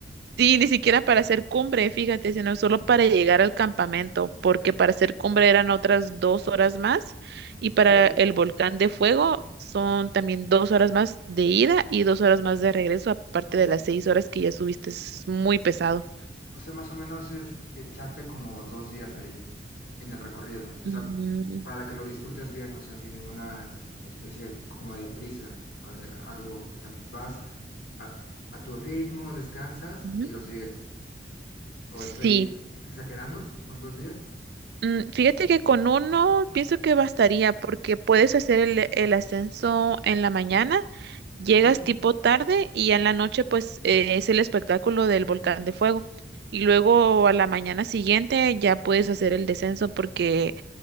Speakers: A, on the right; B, on the left.
A: sí, ni siquiera para hacer cumbre, fíjate, sino solo para llegar al campamento, porque para hacer cumbre eran otras dos horas más y
B: Ok,
A: para el volcán de fuego son también dos horas más de ida y dos horas más de regreso, aparte de las seis horas que ya subiste, es muy pesado.
B: o sea, más o menos es echarte como dos días ahí en el recorrido. O
A: Mm,
B: sea, para que lo disfrutes bien, o sea, sin ninguna especie como de prisa o de algo. O sea, vas a, a tu ritmo, descansas
A: ujú.
B: y lo sigues. ¿O
A: Sí,
B: estoy exagerando con dos días?
A: Mm, Fíjate que con uno pienso que bastaría porque puedes hacer el, el ascenso en la mañana, llegas
B: Ok,
A: tipo tarde y ya en la noche pues eh, es el espectáculo del volcán de fuego. Y luego a la mañana siguiente ya puedes hacer el descenso porque